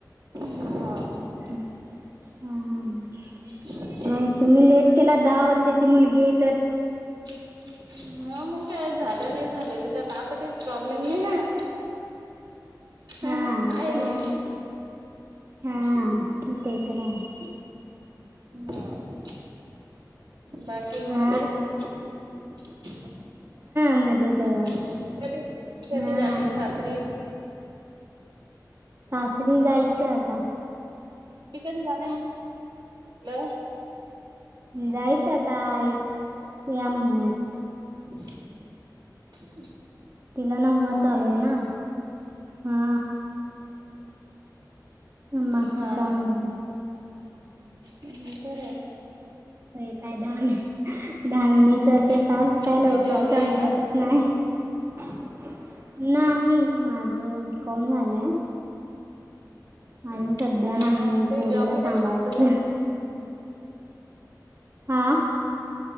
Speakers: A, on the right; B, on the right.
A: हो
B: हम्म हा हा हम्म
A: <inaudible>
B: नाही तुम्ही लेट केला दहा वर्षाची मुलगी आहे तर
A: हा मग काय झालं नाही झालं बी आता काही प्रॉब्लेम नाही ना
B: हा
A: आहे
B: ते
A: ना एक
B: आहे हा ते तर आहे
A: हो बाकी मग
B: हा
A: मजेत
B: मजेत
A: हा
B: आहे
A: कधी
B: बघा
A: कधी
B: हा
A: जाणार आहे सासरी
B: सासरी जायचं आता
A: <unintelligible> हॅलो
B: जायचं आता एक या महिन्यात
A: <inaudible>
B: तिला नववा
A: हा
B: चालू आहे
A: का
B: ना हा बाकी
A: हा
B: काय म्हणता
A: हा बरं आहे
B: होय काय धावणी धावणीचाच
A: हा
B: टास्क काय लवकर
A: ते जॉबला
B: संपतच
A: आहे का
B: नाही नाही नाही माझ बीकॉम झालंय अजून सध्या
A: हा
B: नाही
A: ते
B: पोरीला
A: जॉबला
B: सांभाळायच
A: आहे का म्हटलं तुम्ही
B: हा